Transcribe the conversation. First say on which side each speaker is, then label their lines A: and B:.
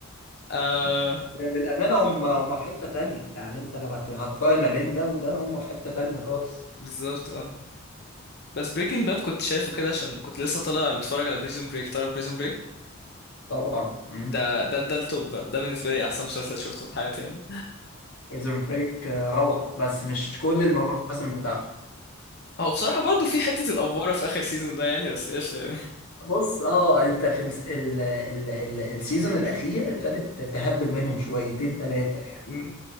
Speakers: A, on the left (about 45°); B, on the left (about 80°).
A: آه
B: <laughs> للامانه هم هم في حته تانية يعني انت لو هت- هتقارن ما بين ده وده هم في حته تانية خالص
A: بالظبط اه بس بريكنج باد كنت شايفه كده عشان كنت لسه طالع متفرج على بريزون بريك تعرف بريزون بريك
B: طبعا مم.
A: ده ده ده التوب بقى. ده بالنسبه لي احسن مسلسل شفته في حياتي يعني
B: بريزون بريك روعة بس مش كل المواسم بتاعته
A: هو بصراحة برضو في حتة الأفوارة في آخر سيزون ده يعني بس قشطة يعني
B: بص اه انت في الس- ال ال ال السيزون الاخير ابتدت تهبل منهم شويتين ثلاثة يعني
A: امم